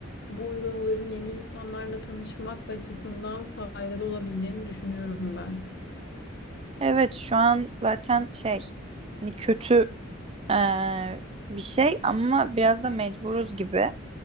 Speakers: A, on the left; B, on the right.
A: bu uygulamaların yeni insanlarla tanışmak açısından faydalı olabileceğini düşünüyorum ben.
B: Evet şu an zaten şey hani kötü eee, bir şey ama biraz da mecburuz gibi